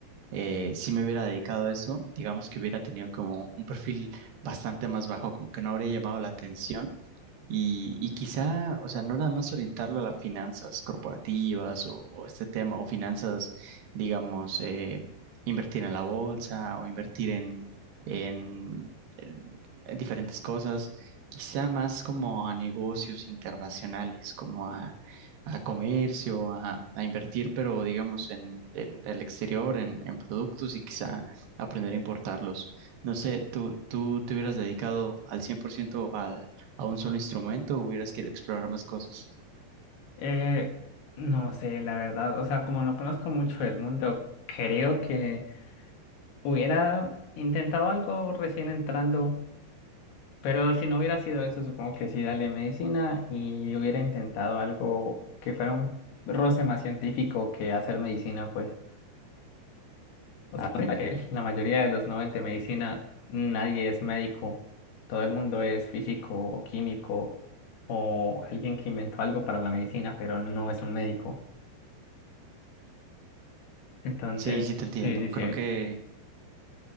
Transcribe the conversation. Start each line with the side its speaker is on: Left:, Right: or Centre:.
Right: eh, sí me hubiera dedicado a eso, digamos que hubiera tenido como un perfil bastante más bajo, como que no habría llamado la atención y, y quizá, o sea, no nada más orientarlo a las finanzas corporativas o, o este tema, o finanzas, digamos, eh, invertir en la bolsa o invertir en, en, en- en diferentes cosas, quizá más como a negocios internacionales, como a, a comercio, a, a invertir, pero digamos, en, en el exterior, en, en productos y quizá aprender a importarlos. No sé, ¿tú, tú te hubieras dedicado al 100% al a un solo instrumento o hubieras querido explorar más cosas?
Left: Eh, no sé, la verdad, o sea, como no conozco mucho el mundo, creo que hubiera intentado algo recién entrando, pero si no hubiera sido eso, supongo que sí, dale medicina y hubiera intentado algo que fuera un roce más científico que hacer medicina, pues. O sea, mira que <laughs> la mayoría de los Nobel de medicina, nadie es médico. Todo el mundo es físico o químico o alguien que inventó algo para la medicina, pero no es un médico. Entonces,
Right: Sí, sí te entiendo.
Left: sí, sí, sí.
Right: Creo que